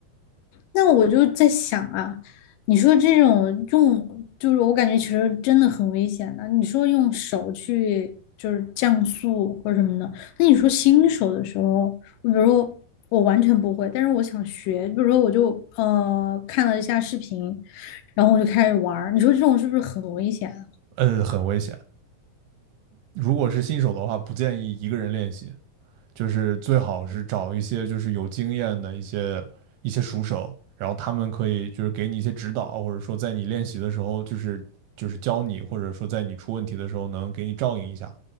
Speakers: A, on the left (about 75°); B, on the right (about 80°).
A: 那我就在想啊，你说这种用，就是我感觉其实真的很危险的。你说用手去就是降速或者什么的，那你说新手的时候，我比如说我完全不会，但是我想学，比如说我就呃看了一下视频，然后我就开始玩儿，你说这种是不是很危险啊？
B: 呃，很危险。如果是新手的话，不建议一个人练习，就是最好是找一些就是有经验的一些一些熟手，然后他们可以就是给你一些指导，或者说在你练习的时候，就是就是教你，或者说在你出问题的时候能给你照应一下。